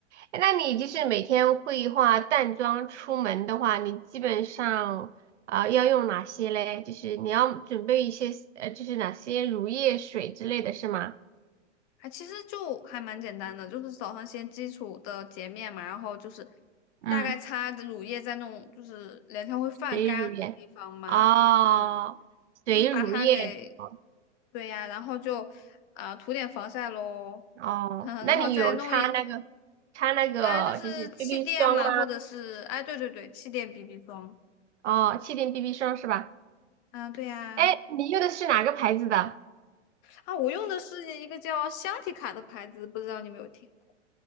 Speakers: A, on the right (about 70°); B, on the left (about 30°).
A: 诶那你就是每天会化淡妆出门的话，你基本上啊、要用哪些嘞？就是你要准备一些呃，就是哪些乳液水之类的是吗？
B: 还其实就还蛮简单的，就是早上先基础的洁面嘛，然后就是
A: 嗯，
B: 大概擦着乳液在那种就是脸上会泛干那种地方嘛，
A: 水乳液。哦，
B: 嗯，
A: 水乳液。
B: 就是把它给，
A: 哦，
B: 对呀，然后就啊、涂点防晒喽。<laughs>
A: 哦那你有擦那个擦那个就是
B: 嗯，然后再弄一啊，就是气垫嘛，
A: BB 霜吗？
B: 或者是哎，对对对，气垫 BB 霜。
A: 哦，气垫 BB 霜是吧？
B: 啊，对呀，
A: 哎，你用的是哪个牌子的
B: 啊，我用的是一个叫香缇卡的牌子，不知道你有没有听过？